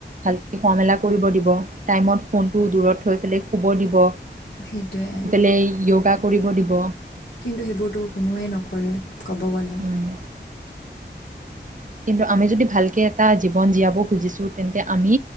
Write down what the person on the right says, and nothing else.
ভালকে খোৱা মেলা কৰিব দিব টাইমত ফোনটো দূৰত থৈ পেলাই শুব দিব
সেই ইয়গা কৰিব দিব
উম, কিন্তু আমি যদি ভালকে এটা জীৱন জীয়াব খুজিছো তেন্তে আমি